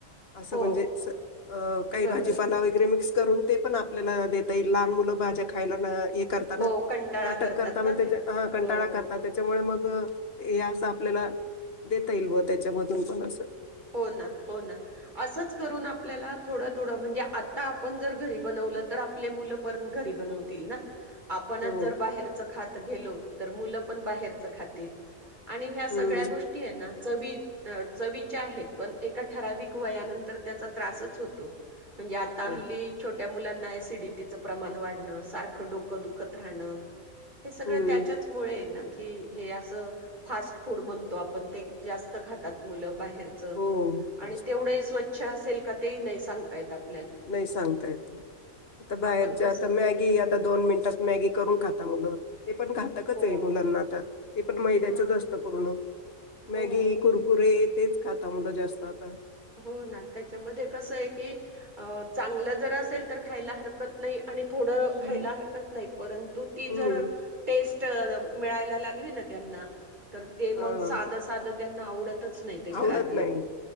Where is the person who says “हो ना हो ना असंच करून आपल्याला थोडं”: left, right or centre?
Right